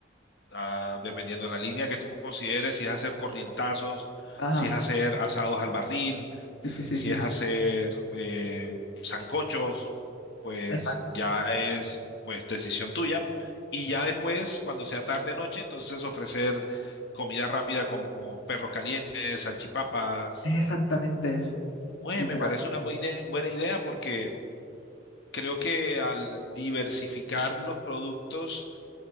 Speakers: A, on the left (about 65°); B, on the left (about 80°).
A: ah, dependiendo de la línea que tú consideres, si es hacer corrientazos,
B: Ajá,
A: si es hacer asados al barril,
B: sí, sí, sí,
A: si
B: sí.
A: es hacer eh, sancochos, pues
B: Exact-
A: ya es pues decisión tuya. Y ya después, cuando sea tarde noche, entonces ofrecer comida rápida como perros calientes, salchipapas
B: Es exactamente eso,
A: bueno,
B: literalmente.
A: me parece una buena idea, buena idea porque creo que al diversificar los productos